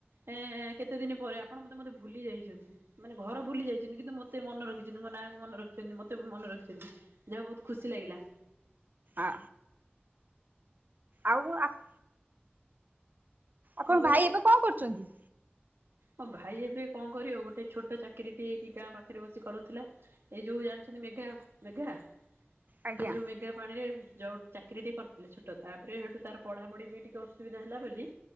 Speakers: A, on the right; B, on the right.
A: ଏଁ କେତେ ଦିନ ପରେ ଆପଣ ବୋଧେ ମତେ ଭୁଲି ଯାଇଛନ୍ତି। ମାନେ ଘର ଭୁଲି ଯାଇଛନ୍ତି କିନ୍ତୁ ମୋତେ ମନେ ରଖିଛନ୍ତି ମୋ ନାଁ କୁ ମନେ ରଖିଛନ୍ତି ମୋତେ ମନେ ରଖିଛନ୍ତି। ଯା ହଉ ବହୁତ ଖୁସି ଲାଗିଲା।
B: ଆ। ଆଉ ଆପ୍ ଆପଣଙ୍କ
A: କଣ କହିଲେ?
B: ଭାଇ ଏବେ କଣ କରୁଛନ୍ତି।
A: ମୋ ଭାଇ ଏବେ କଁ କରିବ ଗୋଟେ ଛୋଟ ଚାକିରି ଟିଏ ଏଠି ଗାଁ ପାଖରେ ବସି କରୁଥିଲା। ଏଇ ଯୋଉ ଜାଣିଛନ୍ତି ମେଘା ମେଘା ସେ
B: ଆଜ୍ଞା।
A: ଯୋଉ ମେଘା ପାଣିରେ ଯାଉ ଚାକିରି ଟେ କରିଥିଲେ ଛୋଟ ତାପରେ ହେଠୁ ତାର ପଢାପଢି ପାଇଁ ଟିକେ ଅସୁବିଧା ହେଲା ବୋଲି।